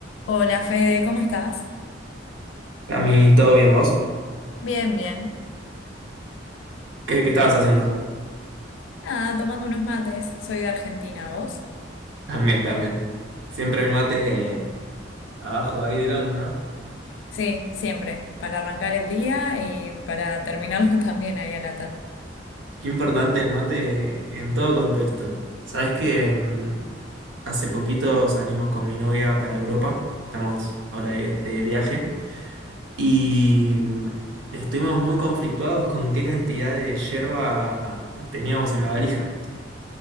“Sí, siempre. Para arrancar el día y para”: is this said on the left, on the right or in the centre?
Left